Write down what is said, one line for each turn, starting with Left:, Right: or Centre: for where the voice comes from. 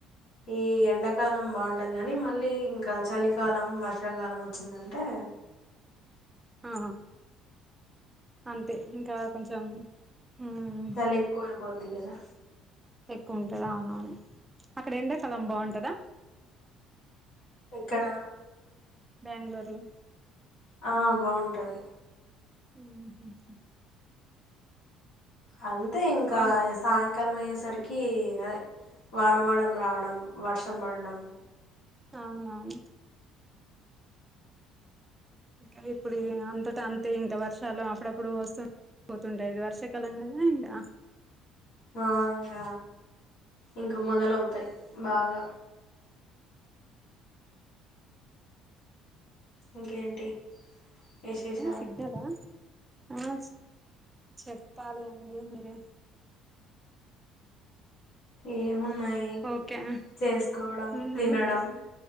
Left: ఈ ఎండాకాలం బాగుంటది కాని మళ్ళీ ఇంకా చలికాలం వర్షాకాలం వచ్చింది అంటే
Right: ఆ అంతే ఇంకా కొంచెం ఉమ్
Left: చలి ఎక్కువై పోద్ది కదా
Right: ఎక్కువ ఉంటదా అవునవును అక్కడ ఎండాకాలం బాగుంటదా
Left: ఎక్కడ
Right: బెంగళూరులో
Left: ఆ బాగుంటది
Right: ఉ హు హు
Left: అంతే
Right: తక్కువ
Left: ఇంకా స్ సాయంకాలం అయ్యేసరికి అదే వాన వాళం రావడం వర్షం పడడం
Right: అవునవును ఇంకా ఇప్పుడు అంతట అంతే ఇంకా వర్షాలు అప్పుడప్పుడు వస్తు పోతుండేది వర్షాకాలం కాదా ఇంగా
Left: ఆ ఇంగా ఇంకా మొదలవుతాయి బాగా ఇంకేంటి విశేషాలు
Right: ఆ సిగ్నలా ఆ చెప్పాలి అండి మీరే
Left: ఏమున్నాయి
Right: ఓకే
Left: చేసుకోవడం
Right: ఊహు
Left: తినడం